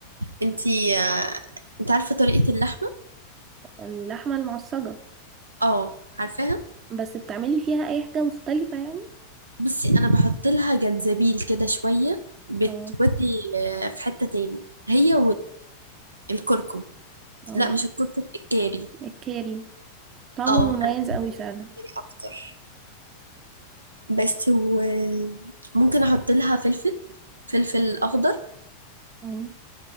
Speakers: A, on the right (about 80°); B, on the right (about 30°).
A: انتي آه، انت عارفة طريقة اللحمة؟
B: اللحمة المعصجة
A: اه عارفاها
B: بس بتعملي فيها اي حاجة مختلفة يعني
A: بصي انا بحط لها جنزبيل كده شوية بتودي
B: اه
A: آه، في حتة تاني هي والكركم
B: اه
A: لا مش الكركم الكاري
B: الكاري طعمه
A: اه
B: مميز
A: انا
B: قوي فعلا
A: بحتاج اكتر بس وممكن احط لها فلفل فلفل اخضر
B: اه